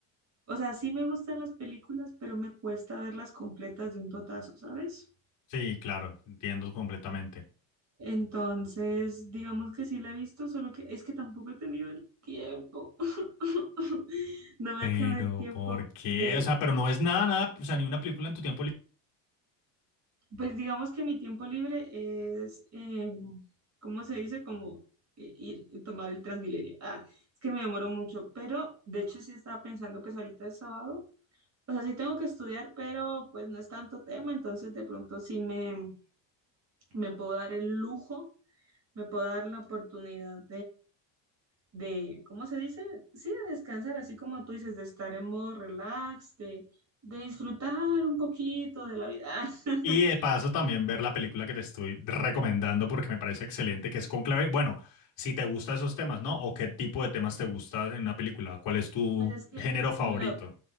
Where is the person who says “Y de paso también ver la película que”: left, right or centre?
Left